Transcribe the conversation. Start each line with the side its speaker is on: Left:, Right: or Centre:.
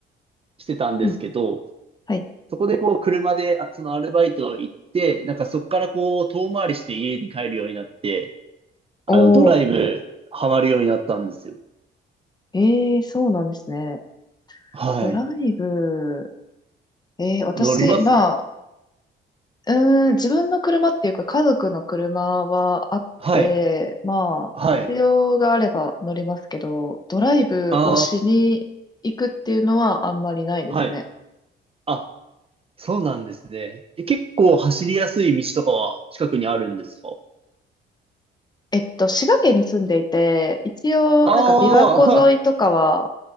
Right: してたんですけど、
Left: うん。はい。
Right: そこでこう、車で、あそのアルバイト行って、なんかそこからこう、遠回りして家に帰るようになって、あの、
Left: おー。
Right: ドライブ、ハマるようになったんですよ。
Left: ええそうなんですね。
Right: はい。
Left: ドライブ。ええ私、
Right: 乗ります
Left: まあ、うーん、自分の車っていうか、家族の車はあって、
Right: はい。
Left: まあ、
Right: はい。
Left: 必要があれば乗りますけど、ドライブをしに行くっていうのはあんまりないですね。
Right: ああ、はい。あ、そうなんですね。え、結構走りやすい道とかは近くにあるんですか
Left: えっと、滋賀県に住んでいて、一応、
Right: あ
Left: なんか琵琶湖沿いとかは、